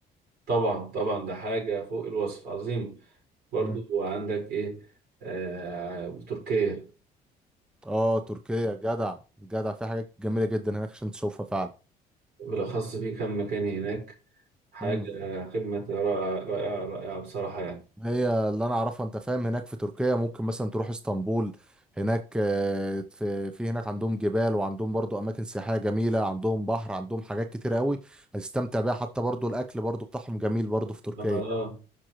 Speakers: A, on the right (about 70°); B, in the centre.
A: طبعا طبعا ده حاجة فوق الوصف عظيمة برضو
B: مم.
A: عندك إيه آه تركيا
B: اه تركيا جدع جدع في حاجات جميلة جدا هناك عشان تشوفها فعلا
A: بالأخص في كم مكان هناك حاجة
B: مم.
A: قمة رائعة رائعة رائعة بصراحة يعني
B: هي اللي انا اعرفها انت فاهم هناك في تركيا ممكن مثلا تروح اسطنبول هناك آه، في في هناك عندهم جبال وعندهم برضو اماكن سياحية جميلة عندهم بحر عندهم حاجات كتير قوي هتستمتع بيها حتى برضو الاكل برضو بتاعهم جميل برضو في تركيا
A: آه